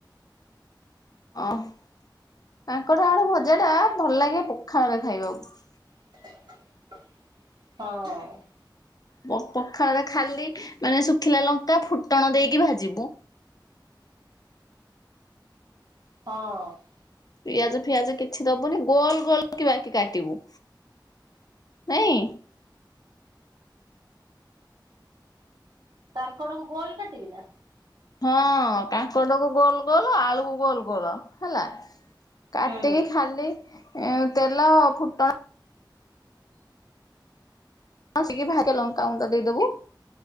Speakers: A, on the left; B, on the right.
A: ଅ ହଁ କାଙ୍କଡ଼ ଆଳୁ ଭଜା ଟା ଭଲ୍ ଲାଗେ ପଖାଳରେ ଖାଇବାକୁ।
B: ହଁ।
A: ପ ପ୍ ପଖାଳରେ ଖାଲି ମାନେ ଶୁଖିଲା ଲଙ୍କା ଫୁଟଣ ଦେଇକି ଭାଜିବୁ।
B: ହଁ।
A: ପିଆଜ ଫିଆଜ କିଛି ଦବୁନି ଗୋଲ୍ ଗୋଲ୍ କି ବାକି କାଟିବୁ। ନାଇଁ
B: କାଙ୍କଡ଼ କୁ ଗୋଲ୍ କାଟିବି ନା?
A: ହଁ କାଙ୍କଡ଼କୁ ଗୋଲ୍ ଗୋଲ୍ ଆଳୁକୁ ଗୋଲ୍ ଗୋଲ୍ ହେଲା। କାଟିକି
B: ହୁଁ
A: ଖାଲି ଏ ତେଲ ଫୁଟ ହଁ କସିକି ଭାଗେ ଲଙ୍କା ଗୁଣ୍ଡ ଦେଇଦବୁ।